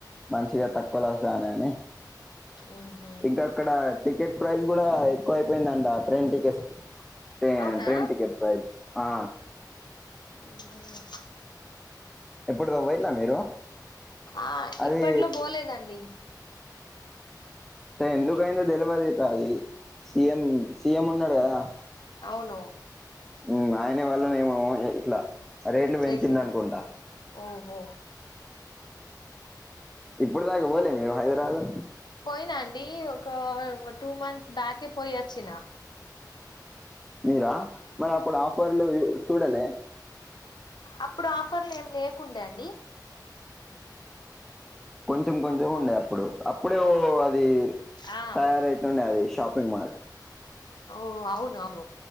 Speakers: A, in the centre; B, on the left.
A: మంచిగా తక్కువ్ల ఒస్తాయి అనే అని
B: హ్మ్ హు
A: ఇంకా అక్కడ టికెట్ ప్రైస్ కూడా ఎక్కువైపోయిందంట ట్రైన్ టికెట్స్ ట్రే
B: అవునా
A: ట్రైన్ టికెట్ ప్రైజ్ ఆ
B: మ్ హు
A: ఇప్పుడ్దో పోయిల్ల మీరు
B: ఆ
A: అది
B: ఇప్పట్లో పోలేదండి
A: అసల్ ఎందుకైందో తెల్వగిటా అది సీఎం సీఎం ఉన్నాడ్ కదా
B: అవును
A: మ్ ఆయ్న వాళ్ళనేమో ఇట్లా రేట్లు
B: చేసిందంట
A: పెంచిండు అనుకుంటా
B: మ్ హు
A: ఇప్పుడ్ దాకా పోలే మీర్ హైద్రాబాదు
B: పోయినా అండి ఒక టూ మంత్స్ బ్యాకే పోయి ఓచ్చిన
A: మీరా మరి అప్పుడు ఆఫర్లు చూడలే
B: అప్పుడు ఆఫర్లు ఏం లేకుండే అండి
A: కొంచెం కొంచెం ఉండే అప్పుడు అప్పుడే ఓ అది
B: ఆ
A: తయారైతుండే అది షాపింగ్ మాల్
B: ఓ అవ్ను అవ్ను